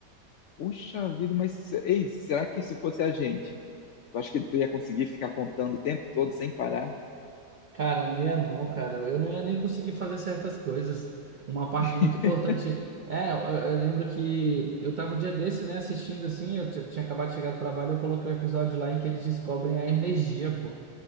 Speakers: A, on the left (about 75°); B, on the right (about 60°).
A: Puxa vida, mas, ei, será que se fosse a gente? Eu acho que tu ia conseguir ficar contando o tempo todo sem parar.
B: Cara, não ia não, cara. Eu não ia nem conseguir fazer certas coisas. Uma parte
A: <laughs>
B: muito importante. É, eu, eu lembro que eu tava um dia desse, né, assistindo assim, eu ti- tinha acabado de chegar do trabalho, eu coloquei um episódio lá em que eles descobrem a energia, pô.